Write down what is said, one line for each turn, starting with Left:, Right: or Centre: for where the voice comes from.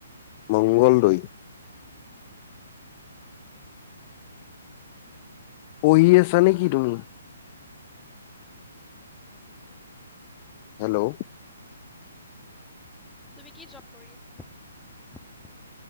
Left: মংগলদৈ পঢ়ি আছা নেকি তুমি? হেল্ল'
Centre: তুমি কি জব? <inaudible>